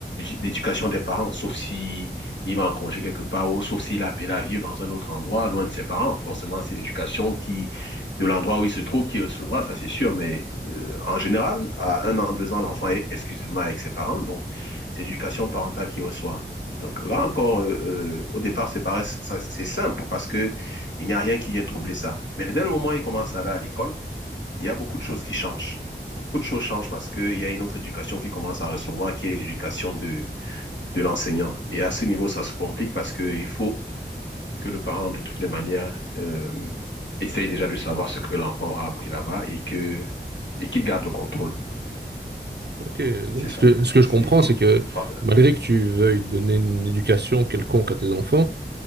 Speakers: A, on the left; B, on the right.
A: l'éducation des parents, sauf si il va en congé quelque part ou sauf s'il a appelé à vivre dans un autre endroit, loin de ses parents. Forcément, c'est l'éducation qui, de l'endroit où il se trouve, qui recevra, ça c'est sûr. Mais euh, en général, à un an, deux ans, l'enfant est exclusivement avec ses parents, donc c'est l'éducation parentale qu'il reçoit. Donc là encore, euh, euh, au départ, c'est pareil, ça, c'est simple parce que il n'y a rien qui vient troubler ça. Mais dès le moment où il commence à aller à l'école, il y a beaucoup de choses qui changent. Beaucoup de choses changent parce qu'il y a une autre éducation qui commence à recevoir, qui est l'éducation de, de l'enseignant. Et à ce niveau, ça se complique parce qu'il faut que le parent, de toutes les manières, euh, essaye déjà de savoir ce que l'enfant aura appris là-bas et que et qu'il garde le contrôle.
B: Ok, donc
A: C'est ça.
B: ce que, ce que
A: Si
B: je comprends, c'est que
A: on parle de là.
B: malgré que tu veuilles donner une éducation quelconque à tes enfants,